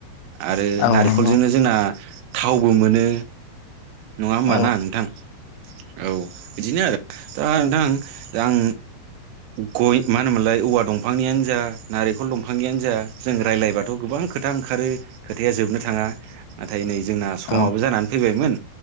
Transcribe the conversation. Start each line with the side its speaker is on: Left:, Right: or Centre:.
Right: आरो
Left: औ
Right: नारेंखलजोंनो
Left: नंगौ
Right: जोंना थावबो मोनो नङा होमबा
Left: औ
Right: ना नोंथां औ बिदिनो आरो दा नोंथां आं गय मा होनोमोनलाय औवा दंफांनियानो जा नारेंखल दंफांनियानो जा जों रायज्लायबाथ' गोबां खोथा ओंखारो खोथाया जोबनो थाङा नाथाय नै जोंना समाबो
Left: औ
Right: जानानै फैबायमोन